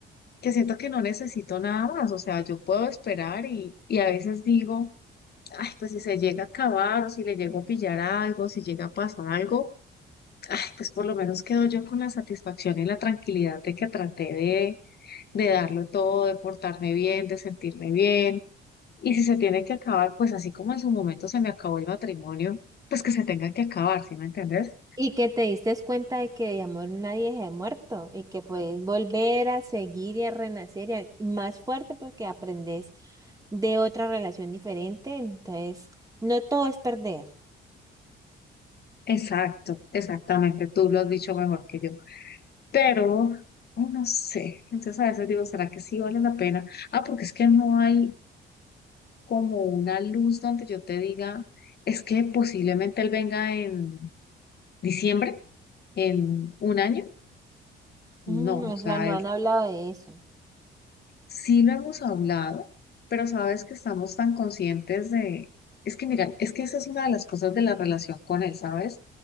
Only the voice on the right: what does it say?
Y que te diste cuenta de que de amor nadie se ha muerto y que puedes volver a seguir y a renacer y a- y más fuerte porque aprendes de otra relación diferente. Entonces, no todo es perder.
Mm, o
sea, no
han hablado de eso.